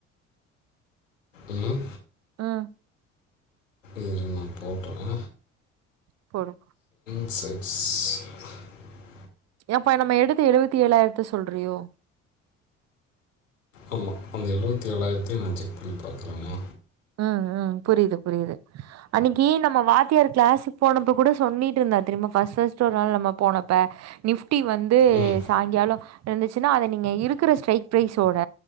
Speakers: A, on the left (about 80°); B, on the right (about 45°).
A: உம்
B: ஆஹ்
A: இரு நா போட்ற
B: போடு
A: செக்ஸ்
B: ஏப்பா நம்ம எடுத்த எழுவத்தி ஏழாயிரத்த சொல்றியோ
A: ஆமா அந்த எழுவத்தி ஏழாயிரத்தையு நா செக் பண்ணி பாக்குறேனா
B: ஹம் உம் புரியுது புரியுது அன்னிக்கி நம்ம வாத்தியார் கிளாஸுக்கு போனப்ப கூட சொன்னீட் இருந்தார் தெறுமா ஃபர்ஸ்ட் ஃபஸ்ட் ஒரு நாள் நம்ம போனப்ப நிஃப் ஃப்டி வந்து
A: ம்
B: சாய்ங்காலோ இருந்துச்சுன்னா அத நீங்கள் இருக்குற ஸ்டைக் ப்ரைஸோட